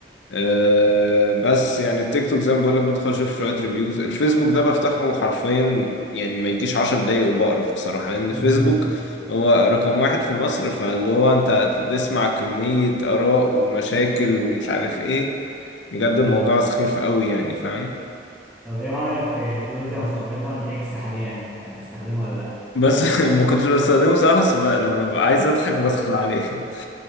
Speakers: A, on the left; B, in the centre.
A: أه بس يعني التيك توك زي ما بقولك بدخل اشوف شوية ريفيوز الفيسبوك ده بفتحه حرفيا يعني ما يجيش عشر دقايق وبقرف بصراحة لأن
B: <laughs>
A: الفيسبوك هو رقم واحد في مصر فاللي هو انت هتسمع كمية آراء ومشاكل ومش عارف ايه بجد
B: بالظبط
A: الموضوع سخيف قوي يعني فاهم
B: طب ايه رايك في تويتر سابقا اكس حاليا بتستخدمه ولا لا
A: بس <laughs> ما كنتش بستخدمه صراحة بس ب- لما ببقى عايز اضحك بدخل عليه